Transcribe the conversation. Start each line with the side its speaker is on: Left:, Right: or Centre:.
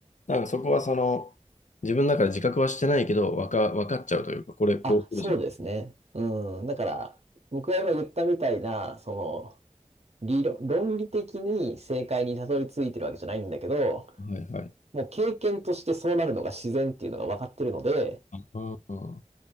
Left: なんかそこはその、自分の中で自覚はしてないけど、わか、わかっちゃうというか、これ、こう来るじゃん
Right: あ、そうですね。うん。だから、僕が今言ったみたいな、その、理論、論理的に正解にたどり着いてるわけじゃないんだけど、
Left: はいはい。
Right: もう経験としてそうなるのが自然っていうのが分かってるので、
Left: うんうん